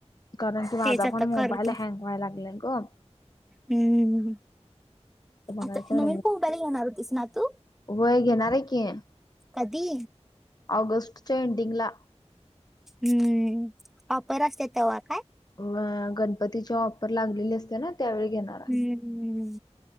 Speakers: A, on the left (about 35°); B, in the centre.
A: कारण की माझा
B: तेच आता
A: पण
B: करतो.
A: मोबाईल हँग व्हाय लागलय ग.
B: हम्म
A: तर बघायचं
B: आता नवीन मोबाईला घेणार होतीस ना तू.
A: व्हय घेणार आहे की
B: कधी?
A: ऑगस्टच्या एंडिंग ला.
B: हम्म ऑफर असते तेव्हा काय.
A: अ गणपतीचा ऑफर लागलेले असते ना त्यावेळी घेणार. आहे
B: हम्